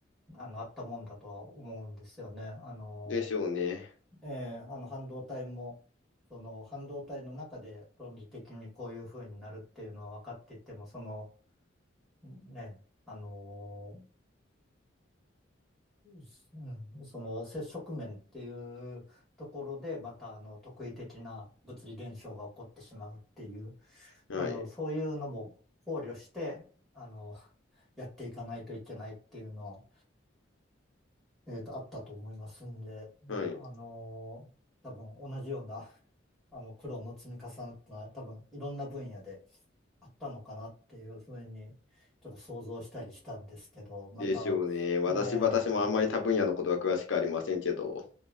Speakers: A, in the centre; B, on the left.
A: あの、あったもんだとは思うんですよね。あの、
B: でしょうね。
A: ええ、あの、半導体も、その、半導体の中で論理的にこういう風になるっていうのは分かっていても、その、ね、あのうん、その接触面っていうところで、またあの特異的な物理現象が起こってしまうっていう、
B: はい。
A: あの、そういうのも考慮して、あの、<laughs> やっていかないといけないっていうのは、えっと、あったと思いますんで、ね、
B: はい。
A: あの、多分同じような、<laughs> あの、苦労の積み重なったのは、多分いろんな分野であったのかなっていうふうに、ちょっと想像したりしたんですけど、また、
B: でしょうね。私、
A: ねえ、
B: 私もあんまり他分野のことは詳しくありませんけど。
A: う